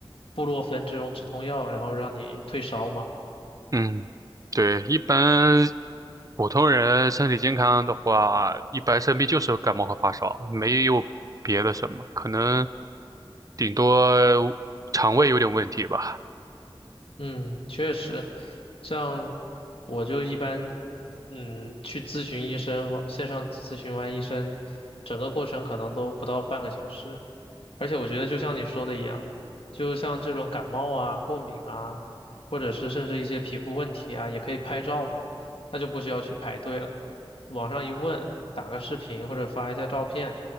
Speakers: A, on the left; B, on the right.
A: 布洛芬这种止痛药，然后让你退烧嘛。
B: 嗯，对，一般普通人身体健康的话，一般生病就是感冒和发烧，没有别的什么，可能顶多肠胃有点问题吧。
A: 嗯，确实，像我就一般，嗯，去咨询医生，网线上咨询完医生，整个过程可能都不到半个小时，而且我觉得就像你说的一样，就像这种感冒啊、过敏啊，或者是甚至一些皮肤问题啊，也可以拍照嘛，那就不需要去排队了。网上一问，打个视频或者发一下照片，